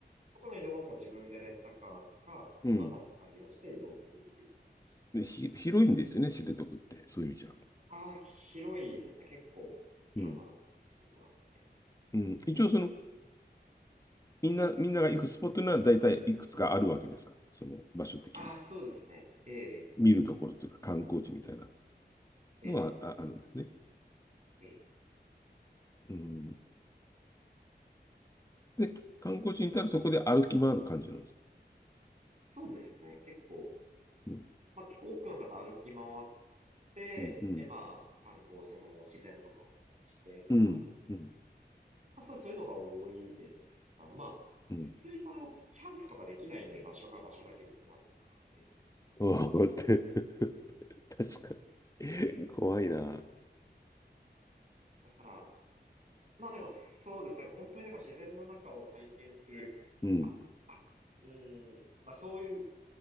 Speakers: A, on the right; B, on the left.
A: そこの移動はもう自分でレンタカーとか、
B: うん。
A: まあ、バスとか利用して移動するっていう感じ。
B: で、ひ、広いんですよね、知床って。そういう意味じゃ。
A: ああ、広いですね。結構、いろんなスポットがあってみたい
B: うん。うん。一応その、みんな、みんなが行くスポットには大体いくつかあるわけですかその場所的に。
A: な。ああ、そうですね。ええ、
B: 見るところというか観光地みたいな
A: ありますね。ええ、
B: のはあ、あるんですね。
A: ええ。
B: うん。で、観光地に行ったらそこで歩き回る感じなんですか
A: そうですね。結構、
B: うん、
A: まあ、結構多くの方歩き回って、
B: うん、うん、
A: え、まあ、観光、その自然とかを見たりしてとか、
B: うん、うん、
A: あ、そう、そういうのが多いですかね。まあ、
B: うん。
A: 普通にその、キャンプとかできないんで、場所が場所だけに熊とか出るんで。
B: おお、こうやって <laughs> 確かに。怖いな。
A: だから、まあでもそうです。だから本当にだから自然の中を体験する、
B: うん、
A: あ、あ、うーん、まあそういう